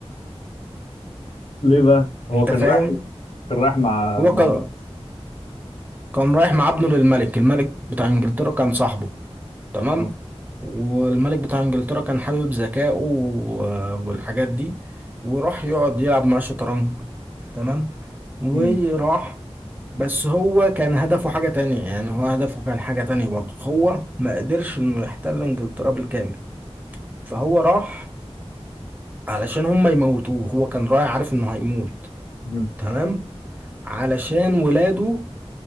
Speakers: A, on the left; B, on the right.
A: ليه بقى؟ هو
B: أنت
A: كان
B: فاهم
A: رايح كان رايح مع
B: هو
A: مع
B: كان كان رايح مع ابنه للملك الملك بتاع إنجلترا كان صاحبه تمام
A: اه
B: والملك بتاع انجلترا كان حابب ذكائه و- والحاجات دي وراح يقعد يلعب مع الشطرنج تمام وراح
A: امم
B: بس هو كان هدفه حاجة تانية يعني هو هدفه كان حاجة تانية برضه هو ما قدرش انه يحتل انجلترا بالكامل فهو راح علشان هم يموتوه هو كان رايح عارف انه هيموت
A: امم
B: تمام علشان ولاده